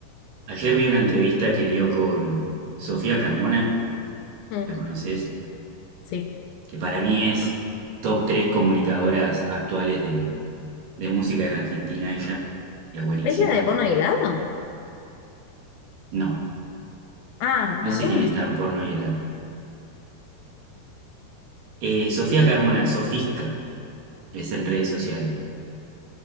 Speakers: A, on the right; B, on the left.
A: Ayer vi una entrevista que dio con Sofía Carmona,
B: Mm,
A: ¿la conoces?
B: sí.
A: Que para mí es top 3 comunicadoras actuales de, de música en Argentina, ella es buenísima.
B: ¿Es la de Pono y helado?
A: No,
B: Ah,
A: no
B: no, entonces
A: sé quién está
B: no
A: en
B: sé.
A: porno y helado. Eh, Sofía Carmona, Sofisca, es en redes sociales.